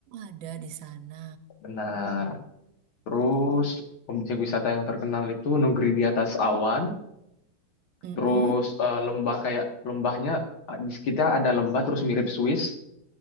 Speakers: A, on the right; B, on the left.
A: ada di sana.
B: benar. Terus
A: Oh.
B: objek wisata yang terkenal itu negeri di atas awan.
A: Mm-mm.
B: Terus eh, lembah kayak lembahnya eh, di kita ada lembah terus mirip Swiss.